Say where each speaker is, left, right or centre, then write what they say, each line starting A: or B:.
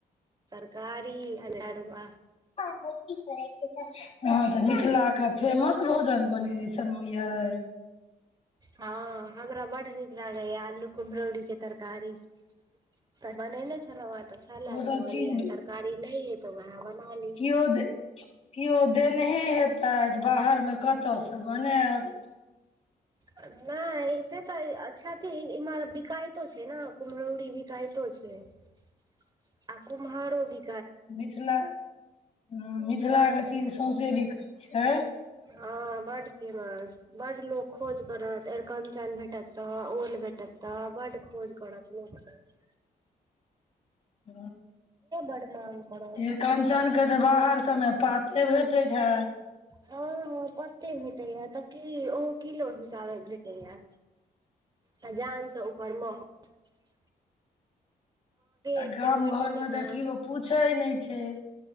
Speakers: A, on the right; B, on the left.
A: तरकारी अल आडबा
B: <unintelligible> हँ तऽ मिथिलाके फेमस भोजन बनेने छलहुँ यए
A: हँ हमरा बड्ड नीक लागैया आलू कुम्हरौरी के तरकारी तऽ मने नहि छल ने तऽ छलला
B: ओ सब
A: त भल
B: चीज
A: तरकारी नहि तऽह वहे बना ली
B: केओ दे केओ देनेहे हेतथि बाहरमे कतयसँ बनायब
A: नहि ईऐ से तऽ‌ आज सा इरा बिकायत छै ने कुमरौरीी बिकायतो छै। आ कुमहो भी
B: मिथिला ह मिथिलाके चीज सौंँसे बिका छै।
A: हँ बड फेमस बड्ड लोक खोज करत अर कंचन भेटेतह ओल भेटेतह बड्ड खोज करत लोकसभ <inaudible>
B: <unintelligible>
A: बड मांग करत
B: य कहन जनके तऽ बाहर सभमे पाते भेटैत हत
A: हँ हँ कते भेटैया तऽ की ओहो किलो हिसाबे भेटैया। तजान छ ऊपरमे। ठीक छै छै।
B: आ
A: एतेक
B: गाम
A: भेटै
B: घर
A: छै
B: मे
A: ने
B: देखियओ पूछे नहि छै।